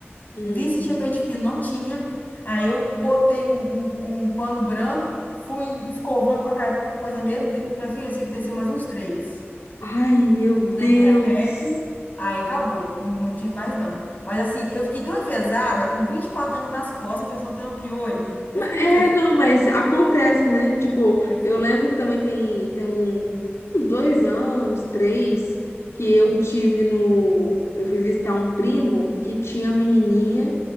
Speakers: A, on the left (about 85°); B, on the left (about 40°).
A: Hum.
B: Vi se tinha pente fino, não tinha. Aí eu botei um, um, um pano branco, fui escovando com a, ca- com a coisa mesmo. De- Minha filha, eu sei que desceu mais uns três
A: Ai, meu Deus.
B: remédio, aí acabou, não, não tive mais não. Mas assim, eu fiquei tão enfesada, com 24 anos nas costas, a pessoa tampa o olho. Eu
A: Ma-
B: fiquei
A: É,
B: muito enfesada.
A: não, mas acontece, né? Tipo,
B: Mas,
A: eu lembro que também tem, tem um- uns dois anos, três, que eu tive no. Eu fui visitar um primo que tinha menininha.